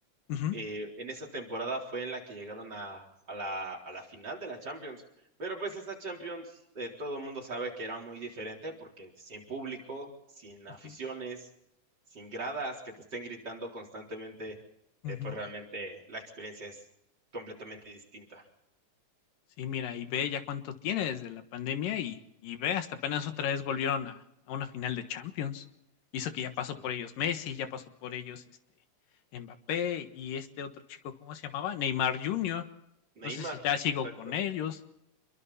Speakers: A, on the left; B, on the right.
A: Ujú,
B: eh, en esa temporada fue en la que llegaron a, a la, a la final de la Champions. Pero pues esa Champions, eh, todo el mundo sabe que era muy diferente porque sin público, sin aficiones,
A: ujú,
B: sin gradas que te estén gritando constantemente,
A: ujú.
B: eh, pues realmente la experiencia es completamente distinta.
A: Sí, mira, y ve ya cuánto tiene desde la pandemia y, y ve, hasta apenas otra vez volvieron a, a una final de Champions. Hizo que ya pasó
B: Sí.
A: por ellos Messi, ya pasó por ellos este Mbappé y este otro chico, ¿cómo se llamaba? Neymar Jr.
B: Neymar,
A: No sé si está sigo
B: exacto.
A: con ellos.